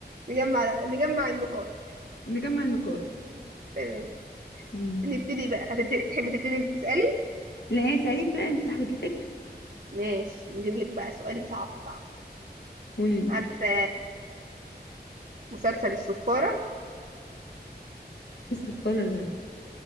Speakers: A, on the right; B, on the left.
A: نجمع نجمع النقاط
B: <laughs> نجمع النقاط
A: تمام
B: مم.
A: نبتدي بقى هتبتدي تحبي تبتدي انت تسألي
B: لا اسالي انت بقى انت صاحبة الفكر
A: ماشي نجيب لك بقى سؤال صعب صعب
B: قولي لي
A: عارفة مسلسل الصفارة
B: ايه الصفارة ده